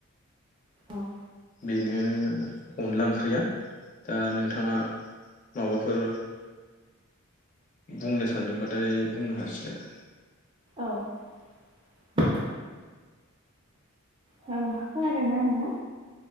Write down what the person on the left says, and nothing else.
बेनो अनला ओंख्रैया दा नोंथाङा माबाफोर बुंनो सानदोंबाथाय बुंनो हासिगोन